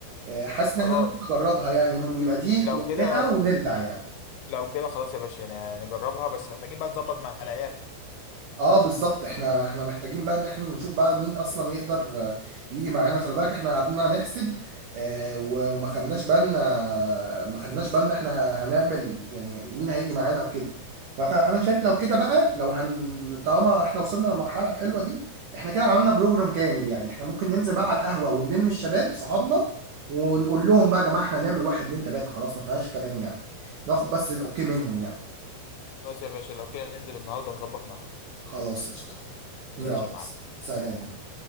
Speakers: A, on the right; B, on the left.
A: آه حاسس ان
B: خلاص
A: احنا ممكن نجربها يعني يبقى دي
B: لو كده
A: نعملها ونرجع يعني
B: لو كده خلاص يا باشا ن- نجربها بس محتاجين بقى نظبط مع العيال
A: اه بالظبط احنا احنا محتاجين بقى ان احنا نشوف بقى مين اصلا يقدر آه، يجي معانا خلي بالك احنا قعدنا نحسب آه، و- وما خدناش بالنا ما خدناش بالنا احنا ه- هنعمل يعني مين هيجي معانا او كده فانا شايف لو كده بقى لو هن طالما احنا وصلنا للمرحله الحلوه دي احنا كده عملنا بروجرام كامل يعني احنا ممكن ننزل بقى على القهوه ونلم الشباب صحابنا ونقول لهم بقى يا جماعه احنا هنعمل واحد اتنين تلاته خلاص ما فيهاش كلام يعني ناخد بس الاوكي منهم يعني
B: خلاص يا باشا لو كده ننزل النهارده ونظبط معاهم
A: خلاص قشطه يلا
B: ماشي يا معلم
A: سلام
B: سلام